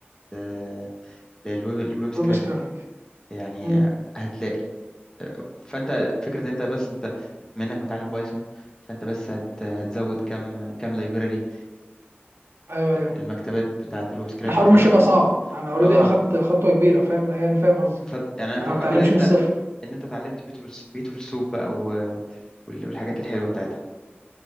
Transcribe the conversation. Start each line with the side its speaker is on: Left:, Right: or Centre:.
Left: آه، للويب للويب سكرابنج
Right: ويب سكريبنج
Left: يعني
Right: مم.
Left: هتلاقي فانت فكره ان انت بس انت بما انك متعلم بايثون فانت بس هت هتزود كم كم لايبراري
Right: ايوه ايوه
Left: المكتبات بتاعه الويب سكرابنج
Right: الحوار
Left: تعرفهم
Right: مش هيبقى صعب انا اوريدي
Left: اه
Right: اخدت خطوه كبيره فاهم أيوة، انا فاهم قصدي
Left: ف يعني انا اتوقع
Right: انا ما بتعلمش
Left: كده ان انت
Right: من الصفر
Left: ان انت اتعلمت بيوتيفول بيوتيفول سوب بقى و- وال- والحاجات الحلوه بتاعتها